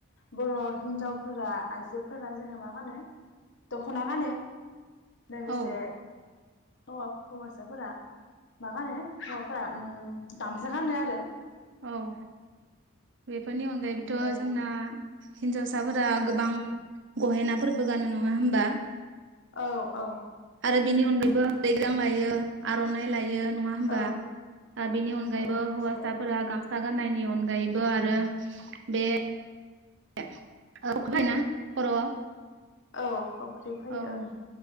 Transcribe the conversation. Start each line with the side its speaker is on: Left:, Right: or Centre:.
Left: बर' हिनजावफोरा आइजोफोरा जोंना मा गानो दख'ना गानो। लोगोसे
Right: औ
Left: हौवा हौवासाफोरा मागानो हौवाफोरा गामसा गानो आरो।
Right: औ बेफोरनि अनगायैबोथ'
Left: ओमफ्राय
Right: जोंना हिनजावसाफोरा
Left: औ
Right: गोबां गहेना फोरबो गानो नङा होमबा
Left: औ औ
Right: आरो बेनि अनगायैबो दैग्रां लायो आर'नाइ लायो। नङा होनबा
Left: औ आर'नाइ
Right: बेनि अनायैबो
Left: औ फास्राया
Right: हौसाफोरा
Left: आरो गस्लाया
Right: गामसा गाननायनि अनगायैबो आरो बे <unintelligible> खर'आव
Left: औ फावख्रि फैयो
Right: औ
Left: ओं।